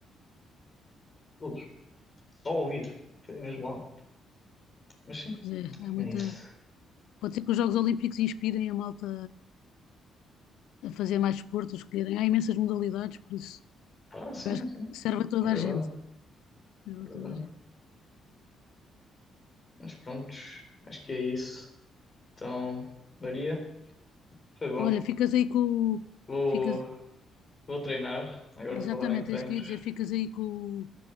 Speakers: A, on the left; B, on the left.
A: todos, só ouvir vivo, foi mesmo lá. Mas sim,
B: pois é, há muita.
A: é isso.
B: Pode ser que os Jogos Olímpicos inspirem a malta a fazer mais desporto, a escolherem. Há imensas modalidades, por isso
A: Ah, sim,
B: eu acho
A: sim,
B: que serve a toda
A: é verdade,
B: a gente. Serve
A: é
B: a
A: verdade.
B: toda a gente.
A: Mas prontos, acho que é isso. Então, Maria, foi bom.
B: Olha, ficas aí com o.
A: Vou,
B: Ficas...
A: vou treinar, agora
B: Exatamente,
A: falar em treinos.
B: é isso que eu ia dizer. Ficas aí com o